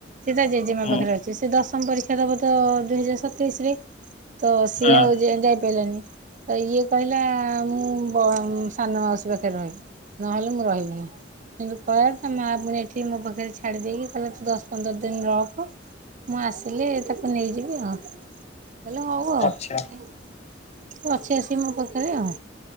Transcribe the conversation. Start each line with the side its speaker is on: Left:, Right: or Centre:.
Right: ସେ ତା ଜେଜେମା
Left: ହୁଁ
Right: ପାଖରେ ଅଛି ସେ ଦଶମ ପରୀକ୍ଷା ଦବ ତ ଦୁଇହଜାର ସତେଇଶିରେ। ତ ସିଏ
Left: ହଁ
Right: ଆଉ ଯେ-ଯାଇପାଇଲାନି। ତ ଇଏ କହିଲା ମୁଁ ବ-ସାନ ମାଉସୀ ପାଖରେ ରହିବି। ନହେଲେ ମୁଁ ରହିବିନି କିନ୍ତୁ ତ ତା ମାଆ ପୁଣି ଏଠି ମୋ ପାଖରେ ଛାଡି ଦେଇକି କହିଲା ତୁ ଦଶ ପନ୍ଦର ଦିନି ରଖ ମୁଁ ଆସିଲେ ତାକୁ ନେଇଯିବି ଆଉ। ମୁଁ କହିଲି ହୋଉ ଆଉ
Left: ଆଚ୍ଛା
Right: ସେ ଅଛି ଆସିକି ମୋ ପାଖରେ ଆଉ।